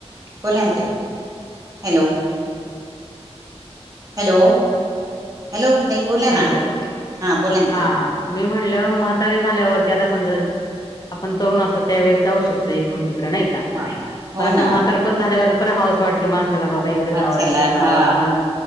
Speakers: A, on the right; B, on the left.
A: बोला ना ताई हॅलो! Hello hello! ताई बोला ना
B: हॅलो!
A: बोला ना
B: हा
A: ताई
B: हा. मी म्हणलं म्हातारी झाल्यावरती आता समजा आपण तरुण असतो त्यावेेळेस जाऊ शकतो. इडून तिकड नाही का
A: हा हो
B: पण आता
A: ना
B: म्हातार पण झाल्यावर पण हाऊस वाटत माणसाला बाबा इकडे
A: माणसाला
B: जावं तिकड जावं
A: हा
B: पण